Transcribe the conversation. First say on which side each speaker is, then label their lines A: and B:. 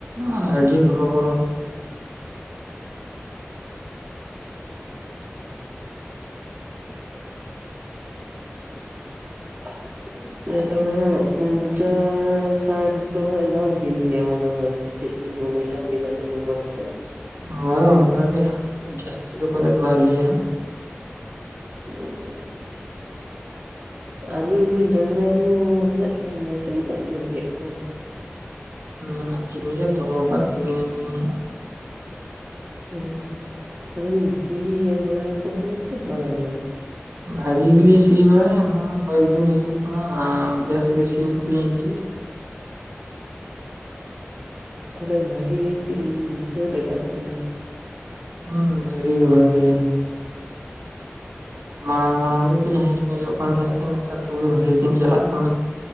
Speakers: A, on the right; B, on the right.
A: ᱦᱟᱸ ᱟᱹᱰᱤ ᱦᱚᱨᱚᱵᱚᱨᱚ᱾
B: <inaudible> <inaudible> ᱟᱫᱚ ᱦᱟᱸᱜ ᱯᱚᱸᱧᱪᱟᱥ ᱥᱟᱴ ᱫᱚ ᱦᱟᱸᱜ-ᱮ ᱫᱟᱢ ᱠᱤᱱ ᱜᱮᱭᱟ ᱢᱚᱱᱮ ᱦᱚᱭ ᱥᱮ? ᱪᱮᱫ ᱵᱤᱱ ᱢᱚᱱᱮᱭᱮᱫᱼᱟ ᱟᱹᱵᱤᱱᱟᱜ ᱩᱱᱩᱢᱟᱱ ᱛᱮ?
A: ᱦᱳᱭ ᱚᱱᱠᱟ ᱜᱮ ᱠᱷᱩᱵ ᱡᱟᱥᱛᱤ ᱫᱚ ᱯᱟᱞᱮᱫ ᱵᱟᱭ ᱞᱟᱹᱭᱟ ᱦᱟᱸᱜ᱾
B: ᱦᱮᱸ᱾ ᱟᱵᱮᱱ ᱨᱮᱱ ᱰᱟᱺᱝᱨᱟ ᱫᱚ ᱢᱮᱱᱟᱜ ᱠᱤᱱ ᱜᱮᱭᱟ ᱥᱮ ᱵᱤᱱ ᱟᱠᱷᱨᱤᱧ ᱠᱮᱫ ᱠᱚᱣᱟ?
A: ᱢᱮᱱᱟᱜ ᱠᱤᱱ ᱜᱮᱭᱟ ᱫᱚᱦᱚᱣ ᱠᱟᱜ ᱠᱤᱱ ᱜᱮᱭᱟ ᱞᱤᱧ ᱦᱟᱸᱜ᱾
B: ᱦᱩᱸ ᱟᱫᱚ ᱵᱤᱱ ᱥᱤᱭᱮᱭᱟᱢ ᱵᱟᱲᱟᱣᱟᱠᱚ ᱠᱟᱱᱟ ᱥᱮ ᱵᱟᱝᱟ?
A: ᱵᱷᱟᱜᱤ ᱜᱮᱞᱤᱧ ᱥᱤ ᱵᱟᱲᱟᱭᱮ-ᱟ ᱱᱟᱜ-ᱚᱭᱠᱚᱭᱮᱠ ᱫᱤᱱ ᱦᱩᱭᱩᱜ ᱠᱟᱱᱟ, ᱟᱨ ᱵᱮᱥᱜᱮ ᱥᱤᱭᱳᱜ ᱠᱚᱞᱤᱧ ᱤᱫᱤ
B: ᱛᱟᱦᱞᱮ ᱵᱷᱟᱜᱤ ᱜᱮᱠᱤᱱ ᱥᱟᱹᱛ ᱟᱠᱟᱫ ᱠᱤᱱᱟᱹ?
A: ᱦᱩᱸ ᱵᱷᱟᱹᱜᱮ ᱜᱮ ᱵᱷᱟᱜᱮ ᱜᱮ᱾ ᱢᱟᱲᱟᱝ ᱢᱟᱲᱟᱝ ᱜᱮᱠᱚ ᱦᱮᱡ ᱯᱮᱡᱚᱜ ᱠᱟᱱ ᱛᱟᱦᱮᱸᱫ ᱠᱤᱱ ᱱᱮᱛᱟᱨ ᱫᱚ ᱟᱹᱰᱤ ᱵᱷᱟᱹᱜᱤ ᱠᱤᱱ ᱪᱟᱞᱟᱜ ᱠᱟᱱᱟ᱾